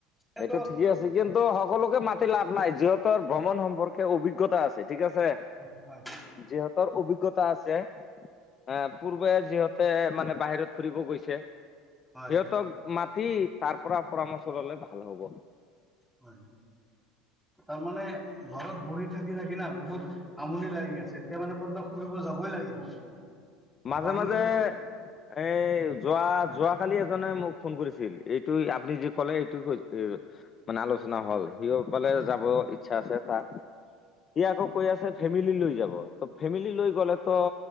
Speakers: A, in the centre; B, on the left (about 30°).
A: এটো
B: এইটো ঠিকেই আছ। চে কিন্তু সকলোকে মাতি লাভ নাই, যিহঁতৰ ভ্ৰমণ সম্পৰ্কে অভিজ্ঞতা আছে ঠিক আছে।
A: অ হয়
B: যিহঁতৰ অভিজ্ঞতা আছে এ পূৰ্বে যিহতে মানে বাহিৰত ফুৰিব গৈছে। সিহঁতক
A: হয়।
B: মাতি তাৰ পৰা পৰামৰ্শ ললে ভাল হ'ব।
A: হয় তাৰমানে ঘৰত বহি থাকি থাকি না বহুত আমনি লাগি আছে। এতিয়া মানে কৰ'বাত ফুৰিব যাবই লাগিব।
B: মাজে
A: বাহিৰত
B: মাজে এ যোৱা-যোৱাকালি এজনে মোক ফোন কৰিছিল এইত তুই আপুনি যি ক'লে এইটো ই এ- মানে আলোচনা হ'ল সিঁও ক'লে যাব এ আচ্ছা আছে তাক সি আকৌ কৈ আছে ফেমিলি লৈ যাব ত ফেমিলি লৈ গ'লে ত